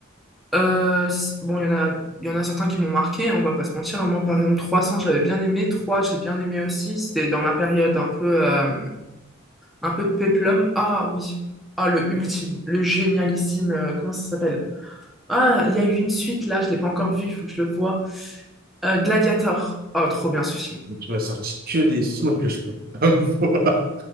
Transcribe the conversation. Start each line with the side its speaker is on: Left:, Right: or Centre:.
Centre: Euh, c- bon, il y en a, il y en a certains qui m'ont marqué, hein, on va pas se mentir. hein. Moi, par exemple, 300 j'avais bien aimé. trois j'ai bien aimé aussi. C'était dans ma période un peu... euh, Un peu péplum. Ah oui. Ah, le ultime, le génialissime. euh, comment ça s'appelle? Ah, il y a eu une suite là, je l'ai pas encore vue, il faut que je le voie. Euh, Gladiator. Oh, trop bien ce film.
Right: Tu m'as sorti que des films que je peux pas